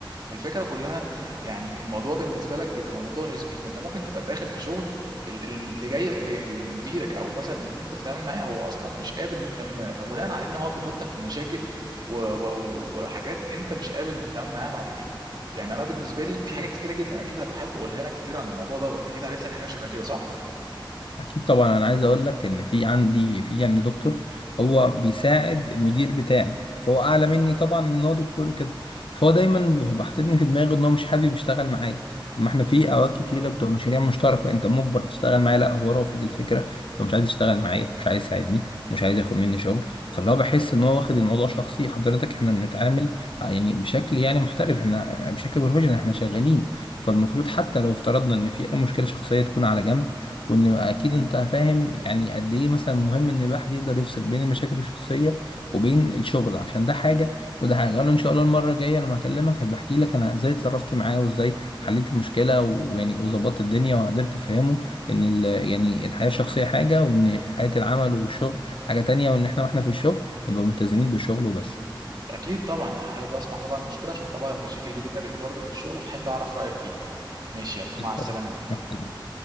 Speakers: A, on the right; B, on the left.
A: فالفكره كلها يعني الموضوع بالنسبه لك بيبقى موضوع نسبي فانت ممكن تبقى داخل في شغل ال- ال- اللي جاي اللي اللي مديرك او مثلا اللي انت بتتعامل معاه هو اصلا مش قابل ان انت تتعامل معاه فبناء على ان هو بيحطك في مشاكل و- و- وحاجات انت مش قابل ان تتعامل معاها بعد كده يعني انا بالنسبه لي في حاجات كتيره جدا اكيد هبقى حابب اقولها لك كتير عن الموضوع دوت اكيد قابلت لك حاجه شبه كده صح
B: اكيد طبعا انا عايز اقول لك ان في عندي في يعني دكتور هو بيساعد المدير بتاعي فهو اعلى مني طبعا ان هو دكتور وكده فهو دايما بيبقى حاططني في دماغه ان هو مش حابب يشتغل معايا طب ما احنا في اوقات كتيره بتبقى مشاريع مشتركه انت مجبر تشتغل معايا لا هو رافض الفكره فمش عايز يشتغل معايا مش عايز يساعدني مش عايز ياخد مني شغل فاللي هو بحس ان هو واخد الموضوع شخصي حضرتك احنا بنتعامل يعني بشكل يعني محترف احنا بشكل بروفيشنال احنا شغالين فالمفروض حتى لو افترضنا ان في اي مشكله شخصيه تكون على جنب وان اكيد انت فاهم يعني قد ايه مثلا مهم ان الواحد يقدر يفصل بين المشاكل الشخصيه وبين الشغل عشان ده حاجه وده حاجه انا ان شاء الله المره الجايه لما اكلمك هبقى احكي لك انا ازاي اتصرفت معاه وازاي حليت المشكله ويعني وظبطت الدنيا وقدرت افهمه ان ال... يعني الحياه الشخصيه حاجه وان حياه العمل والشغل حاجه تانية وان احنا واحنا في الشغل نبقى ملتزمين بالشغل وبس
A: اكيد طبعا حابب اسمع طبعا المشكله عشان طبعا المشاكل دي بتقابلني برضه في الشغل فحب اعرف رايك فيه ماشي يلا مع
B: إن
A: السلامه
B: شاء
A: يا مايكل
B: الله.